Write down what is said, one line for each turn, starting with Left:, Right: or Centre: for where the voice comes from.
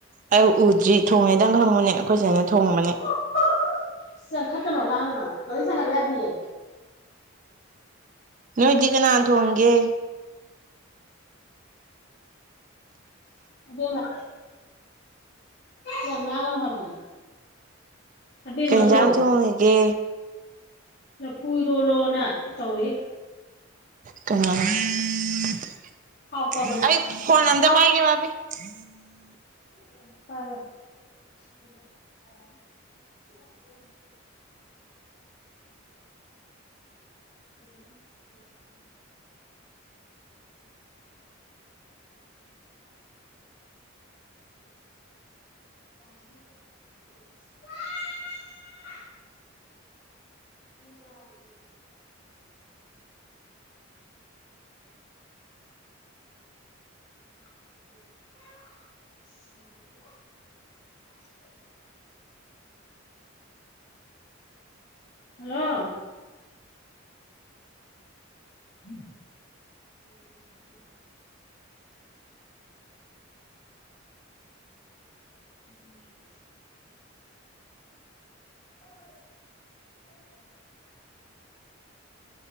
Right: ꯑꯩ ꯎꯗ꯭ꯔꯤ ꯊꯣꯡꯉꯦꯗꯪ ꯈꯪꯕꯅꯦ ꯑꯩꯈꯣꯏꯆꯦꯅ ꯊꯣꯡꯕꯅꯦ
Left: <unintelligible> ꯈꯠꯀꯅꯣ ꯂꯥꯡꯒꯅꯣ ꯋꯥꯔꯤ ꯁꯥꯟꯅꯕ ꯌꯥꯗꯤꯌꯦ
Right: ꯅꯣꯏꯗꯤ ꯀꯅꯥ ꯊꯣꯡꯒꯦ
Left: ꯑꯕꯦꯝꯃ ꯌꯥꯝ ꯂꯥꯡꯒꯅꫭ ꯍꯥꯏꯕꯅꯦ ꯑꯕꯦꯝꯃꯅ
Right: ꯀꯩ ꯌꯦꯟꯖꯥꯡ
Left: ꯊꯣꯡꯉꯦ
Right: ꯊꯣꯡꯉꯤꯒꯦ
Left: ꯂꯐꯨ ꯏꯔꯣꯜꯂꯣꯅ ꯇꯧꯔꯤ
Right: ꯀꯅꯥꯅꯣ <unintelligible>
Left: ꯍꯥꯎꯇꯕꯅꯦ
Right: ꯐꯣꯟ ꯑꯝꯇ
Left: ꯍꯥꯎ
Right: ꯄꯥꯏꯒꯦ ꯕꯕꯤ <inaudible>
Left: <inaudible> <inaudible> <unintelligible> <unintelligible> <unintelligible> ꯍꯜꯂꯣ <unintelligible> <inaudible> <unintelligible>